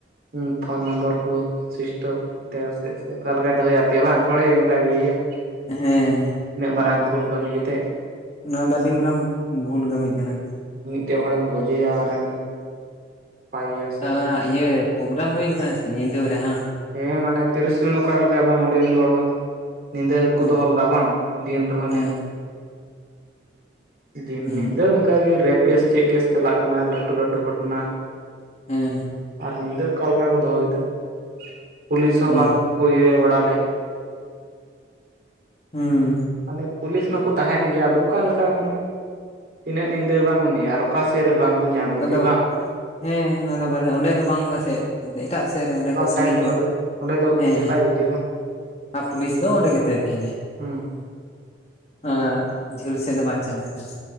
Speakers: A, on the right (about 55°); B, on the left (about 35°).
A: ᱚᱻ ᱯᱷᱳᱱ ᱱᱚᱢᱵᱚᱨ ᱠᱚ ᱥᱩᱤᱥᱴᱚᱯ ᱛᱮᱣ ᱥᱮᱫ ᱥᱮ ᱚᱠᱟ ᱞᱮᱠᱟᱭ ᱫᱚᱦᱚᱭᱟ ᱵᱟᱝ ᱛᱷᱚᱲᱮ ᱚᱱᱠᱟ ᱤᱭᱟᱹᱭᱟ
B: ᱦᱮᱸᱻ
A: ᱩᱱᱟᱹᱜ ᱢᱟᱨᱟᱝ ᱵᱷᱩᱞ ᱠᱟᱹᱢᱤ ᱠᱟᱛᱮᱫ
B: ᱚᱱᱟ ᱫᱚ ᱟᱹᱰᱤ ᱢᱟᱨᱟᱝ ᱵᱷᱩᱞ ᱠᱟᱹᱢᱤ ᱠᱟᱱᱟ ᱛᱚ
A: ᱢᱤᱫᱴᱮᱱ ᱦᱚᱲᱮᱢ ᱜᱚᱡᱮᱭᱟ ᱟᱨᱮᱢ ᱯᱟᱭᱮᱭᱟ ᱥᱮ
B: ᱟᱨ ᱚᱱᱟ ᱤᱭᱟᱹ ᱯᱨᱚᱜᱨᱟᱢ ᱦᱩᱭ ᱟᱠᱟᱱᱟ ᱥᱮ ᱧᱤᱫᱟᱹ ᱵᱮᱲᱟ ᱦᱟᱸᱜ
A: ᱦᱮᱸ ᱢᱟᱱᱮ ᱛᱤᱨᱤᱥ ᱡᱩᱱ ᱚᱠᱟ ᱞᱮᱠᱟ ᱵᱟᱝ ᱚᱸᱰᱮᱱᱤᱡ ᱦᱚᱲ ᱦᱚᱸ ᱧᱤᱫᱟᱹ ᱜᱮᱠᱚ
B: ᱚ
A: ᱫᱚᱦᱚ ᱞᱮᱫᱟ ᱵᱟᱝ ᱫᱤᱱ ᱨᱮᱦᱚᱸ
B: ᱦᱮᱸ
A: ᱫᱤᱱ
B: ᱦᱩᱸ
A: ᱧᱤᱫᱟᱹ ᱚᱱᱠᱟᱜᱮ ᱨᱮᱯ ᱠᱮᱥ ᱪᱮᱫ ᱠᱮᱥ ᱪᱟᱞᱟᱜ ᱠᱟᱱᱟ ᱞᱟᱹᱴᱩ ᱞᱟᱹᱴᱩ ᱜᱷᱚᱴᱚᱱᱟ
B: ᱦᱮᱸ ᱻ
A: ᱟᱨ ᱧᱤᱫᱟᱹ ᱚᱠᱟ ᱞᱮᱠᱟ ᱠᱚ ᱫᱚᱦᱚ ᱮᱫᱟ ᱯᱩᱞᱤᱥ ᱦᱚᱸ
B: ᱚ
A: ᱵᱟᱝ ᱠᱚ ᱤᱭᱟᱹ ᱵᱟᱲᱟ ᱞᱮᱫ
B: ᱦᱩᱸᱻ
A: ᱢᱟᱱᱮ ᱯᱩᱞᱤᱥ ᱢᱟᱠᱚ ᱛᱟᱦᱮᱱ ᱜᱮᱭᱟ ᱟᱫᱚ ᱚᱠᱟᱞᱮᱠᱟ ᱢᱟᱱᱮ ᱛᱤᱱᱟᱹᱜ ᱧᱤᱫᱟᱹ ᱵᱟᱝ ᱩᱱᱤ ᱟᱨ ᱚᱠᱟ ᱥᱮᱫ ᱨᱮ ᱵᱟᱝ ᱧᱟᱢ ᱞᱮᱫᱮ
B: ᱟᱫᱚ ᱦᱮᱸ ᱚᱱᱟᱫᱚ <unintelligible> ᱚᱸᱰᱮ ᱫᱚ ᱵᱟᱝ ᱯᱟᱥᱮᱡ ᱮᱴᱟᱜ ᱥᱮᱫ ᱨᱮ ᱚᱸᱰᱮ
A: ᱚᱠᱟ
B: ᱠᱷᱚᱡ
A: ᱥᱟᱭᱤᱰ
B: ᱥᱟᱺᱜᱤᱧ ᱧᱚᱜ
A: ᱨᱮ ᱚᱸᱰᱮ ᱫᱚ
B: ᱦᱮᱸ
A: ᱮᱱᱛᱮᱫ
B: ᱦᱮᱸ
A: ᱵᱟᱭ ᱵᱩᱡᱷᱟᱹᱣᱟ ᱵᱟᱝ
B: ᱟᱨ ᱯᱩᱞᱤᱥ ᱫᱚ ᱚᱸᱰᱮ ᱜᱮᱛᱟᱭ ᱛᱟᱦᱮᱱᱟᱭ
A: ᱦᱩᱸ
B: ᱚᱻ ᱡᱷᱟᱹᱞ ᱥᱮᱫ ᱫᱚ ᱵᱟᱭ ᱪᱟᱞᱟᱣᱮᱫᱟ